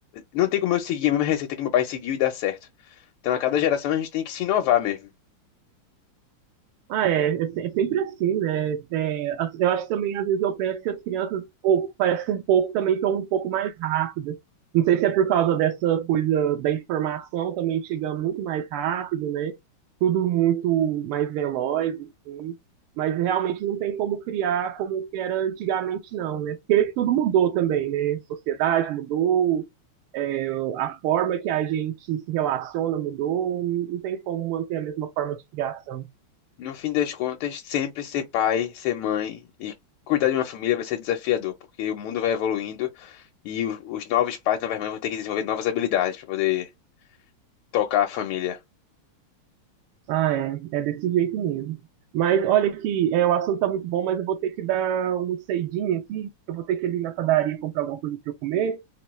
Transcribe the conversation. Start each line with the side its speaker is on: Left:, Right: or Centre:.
Left: Não tem como eu seguir a mesma receita que meu pai seguiu e dar certo. Então a cada geração a gente tem que se inovar mesmo.
Right: Ah, é, é se- é sempre assim, né? É, as- eu acho que também, às vezes, eu penso que as crianças, ou parece que um pouco também estão um pouco mais rápidas. Não sei se é por causa dessa coisa da informação também chegando muito mais rápido, né? Tudo muito mais veloz, assim. Mas realmente não tem como criar como que era antigamente, não, né? Porque tudo mudou também, né? Sociedade mudou, é, a forma que a gente se relaciona mudou, não tem como manter a mesma forma de criação.
Left: No fim das contas, sempre ser pai, ser mãe e cuidar de uma família vai ser desafiador, porque o mundo vai evoluindo E o- os novos pais, novas mães vão ter que desenvolver novas habilidades para poder tocar a família.
Right: Ah, é. É desse jeito mesmo. Mas olha que é, o assunto tá muito bom, mas eu vou ter que dar uma saidinha aqui. Eu vou ter que ir ali na padaria comprar alguma coisa para eu comer.